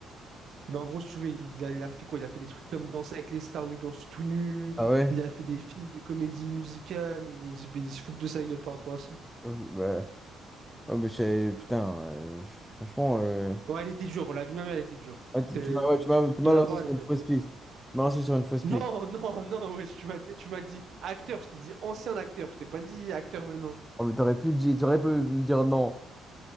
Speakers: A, on the right (about 55°); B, in the centre.
A: Ben en gros, si tu veux, il a, il a fait quoi? Il a fait des trucs comme Danser avec les stars où il danse tout nu.
B: Ah ouais?
A: Il a fait des films de comédie musicale. Et ils, se ils se foutent de sa gueule par rapport à ça.
B: Ouais, bah, ouais, mais je savais- putain, euh, je- franchement, euh,
A: Ouais, elle était dure. La vie de ma mère, elle était dure.
B: ouais, tu
A: T'es-
B: tu m'as ouais, tu
A: tu-
B: m'as- tu m'as
A: De la
B: lancé
A: voir,
B: sur
A: elle est
B: une
A: belle.
B: fausse piste. Tu m'as lancé sur une fausse
A: Non,
B: piste.
A: non, non, ouais, tu m'as dit, tu m'as dit acteur. Je t'ai dit ancien acteur. Je t'ai pas dit acteur maintenant.
B: Oh, mais t'aurais pu dire, t'aurais pu me dire non.